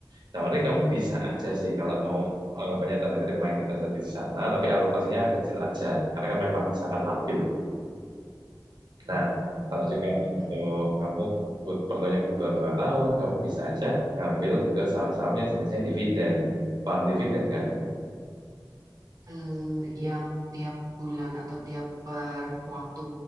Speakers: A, on the right; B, on the right.
A: Nah, makanya kamu bisa aja sih kalau mau anggapannya tanda kutip main investasi di sana, tapi alokasinya kecil aja, karena kan memang sangat labil.
B: no
A: Nah, kalau juga
B: Mhm.
A: untuk kamu kebut- perlunya kebutuhan dua tahun, kamu bisa aja ngambil ke saham-saham yang jenisnya dividen. Paham dividen kan?
B: Eh, yang tiap bulan atau tiap per waktu